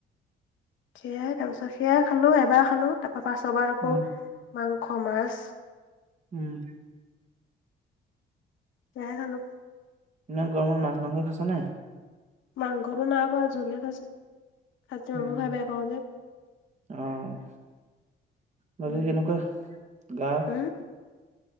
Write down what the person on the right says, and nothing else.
উম,
উম।
ইমান গৰমত মাছ, মাংস খাইছা নে।
উম,
অ' বাকী
কেনেকুৱা গা।